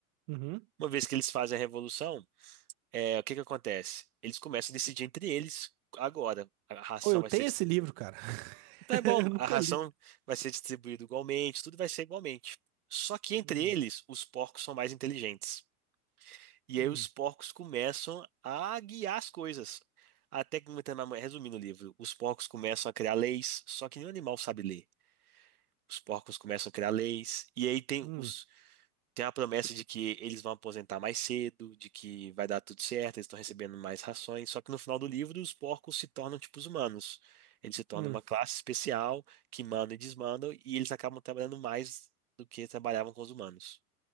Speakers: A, on the right (about 40°); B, on the right (about 80°).
A: Uhum.
B: Uma vez que eles fazem a revolução, é, o que que acontece? Eles começam a decidir entre eles agora. A ração
A: Ou eu
B: vai
A: tenho
B: ser distribuída.
A: esse livro, cara. <laughs>
B: Então é bom,
A: Eu nunca
B: a ração
A: li.
B: vai ser distribuída igualmente, tudo vai ser igualmente. Só que entre
A: Hum,
B: eles, os porcos são mais inteligentes. E
A: hum,
B: aí os porcos começam a guiar as coisas. Até que, resumindo o livro, os porcos começam a criar leis, só que nenhum animal sabe ler. Os porcos começam a criar leis, e aí tem
A: hum.
B: os, tem a promessa de que eles vão aposentar mais cedo, de que vai dar tudo certo, eles estão recebendo mais rações. Só que no final do livro, os porcos se tornam tipo os humanos. Eles se tornam
A: Hum,
B: uma classe especial que manda e desmanda, e eles acabam trabalhando mais do que trabalhavam com os humanos.